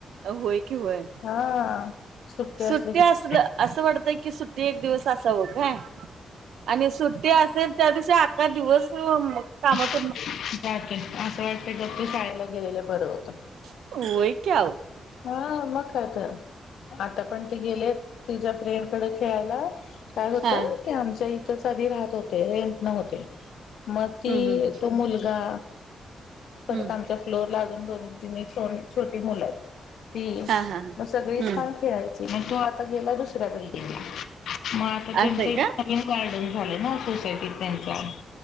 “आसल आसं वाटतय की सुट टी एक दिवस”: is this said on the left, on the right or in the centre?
Right